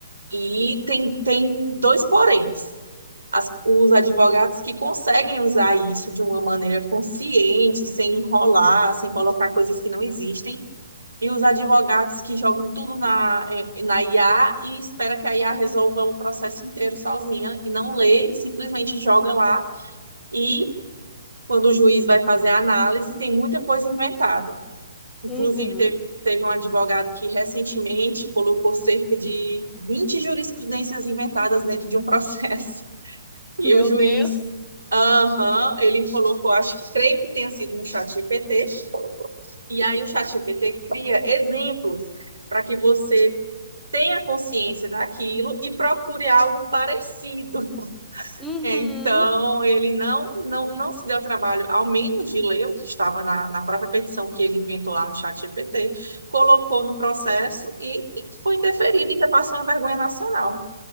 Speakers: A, on the right; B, in the centre.
A: e tem, tem dois poréns. As- os advogados que conseguem usar isso de uma maneira consciente, sem enrolar, sem colocar coisas que não existem, E os advogados que jogam tudo na, eh, na IA e espera que a IA resolva o processo inteiro sozinha e não lê e simplesmente joga lá. E quando o juiz vai fazer a análise, tem muita coisa inventada. Inclusive,
B: Uhum.
A: teve, teve um advogado que recentemente colocou cerca de 20 jurisprudências inventadas dentro de um processo. <laughs> E
B: Meu
A: o juiz,
B: Deus!
A: aham, ele colocou, acho que creio que tenha sido no chat GPT. E aí o chat GPT cria exemplos para que você tenha consciência daquilo e procure algo parecido. <laughs>
B: Uhum.
A: Então, ele não, não, não se deu ao trabalho, ao menos de ler o que estava na, na própria petição que ele inventou lá no chat GPT, colocou no processo e, e foi indeferido, ainda passou uma vergonha nacional.